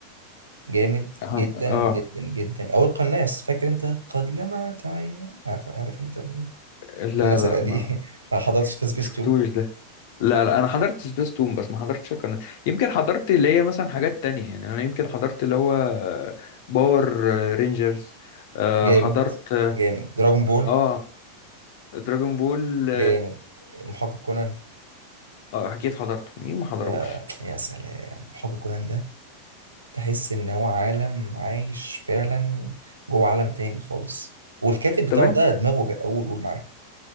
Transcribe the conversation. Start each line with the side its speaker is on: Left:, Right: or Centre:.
Right: جامد
Left: هن...
Right: جدا
Left: اه
Right: جدا جدا او القناص فاكر انت قد لمعت عينا عارف, عارف انت ال-
Left: لا
Right: الناس
Left: لا
Right: القديمه
Left: ما
Right: <laughs> ما حضرتش تسبيس
Left: ما شفتوش
Right: 2 <laughs>
Left: ده لا لا انا حضرت سبيس تون بس ما حضرتش القناة يمكن حضرت اللي هي مثلا حاجات تانية يعني انا يمكن حضرت اللي هو باور رينجرز
Right: جامد
Left: حضرت
Right: جامد دراجون بول
Left: اه دراجون بول
Right: جامد محقق كونان
Left: اه اكيد حضرته مين ما حضروش
Right: يا يا سلام محقق كونان ده تحس ان هو عالم عايش فعلا جوه عالم تاني خالص والكاتب بتاعه
Left: طب انت
Right: ده دماغه جا... قول قول معاك